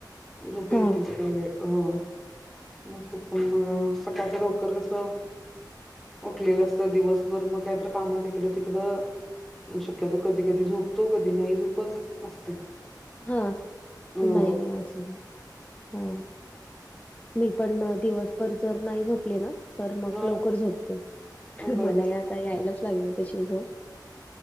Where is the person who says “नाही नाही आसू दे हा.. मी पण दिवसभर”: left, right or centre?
Left